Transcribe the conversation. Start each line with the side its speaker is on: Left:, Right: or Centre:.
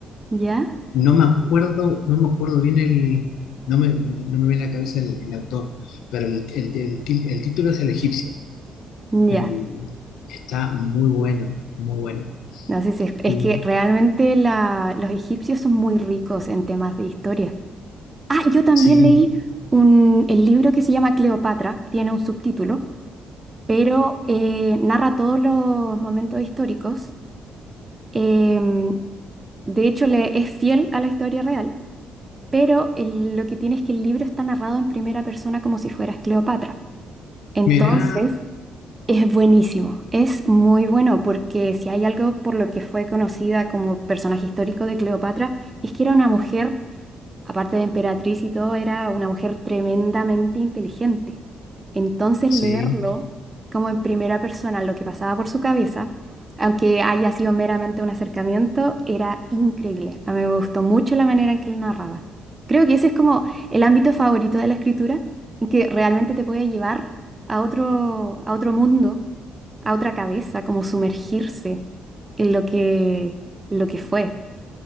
Right: ¿Ya?
Left: no me acuerdo, no me acuerdo bien el, no me, no me viene a la cabeza el, el autor, pero el, el- el ti- el título es El egipcio
Right: Ya.
Left: y está muy bueno, muy bueno.
Right: No sé si es, es
Left: Y
Right: que realmente la- los egipcios son muy ricos en temas de historia. Ah, yo también
Left: sí,
Right: leí un, el libro que se llama Cleopatra, tiene un subtítulo, pero eh, narra todos los momentos históricos. Em, de hecho, le, es fiel a la historia real, pero el- lo que tiene es que el libro está narrado en primera persona como si fueras Cleopatra. Entonces,
Left: mira
Right: Es buenísimo, es muy bueno porque si hay algo por lo que fue conocida como personaje histórico de Cleopatra, es que era una mujer, aparte de emperatriz y todo, era una mujer tremendamente inteligente. Entonces
Left: Sí,
Right: leerlo como en primera persona lo que pasaba por su cabeza, aunque haya sido meramente un acercamiento, era increíble. A mí me gustó mucho la manera en que él narraba. Creo que ese es como el ámbito favorito de la escritura, en que realmente te puede llevar a otro, a otro mundo a otra cabeza, como sumergirse en lo que, lo que fue.